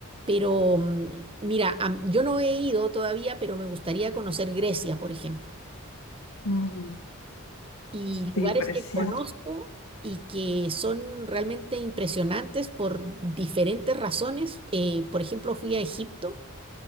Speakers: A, on the right (about 25°); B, on the left (about 80°).
A: Pero mm, mira, a- yo no he ido todavía, pero me gustaría conocer Grecia, por ejemplo,
B: Mm,
A: y
B: Sí,
A: lugares
B: precioso.
A: que conozco. y que son realmente impresionantes por diferentes razones. Eh, por ejemplo, fui a Egipto